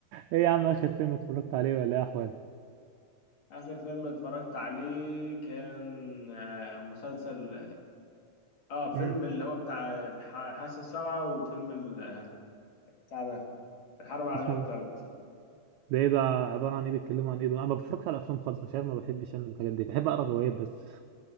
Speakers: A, on the right (about 80°); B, on the left (about 55°).
A: ايه يا عم اخر فيلم اتفرجت عليه ولا ايه احوالك
B: اخر فيلم اتفرجت عليه كان آه، مسلسل اه فيلم
A: امم
B: اللي هو بتاع الح- الحاسه السابعه وفيلم ال- بتاع ده الحرب العالميه
A: اسمه
B: الثالثه
A: ده ايه ده عبارة عن ايه بيتكلموا عن ايه ده انا ما بفرجش على افلام خالص مش عارف ما بحبش انا الحاجات دي بحب اقرا روايات بس <laughs>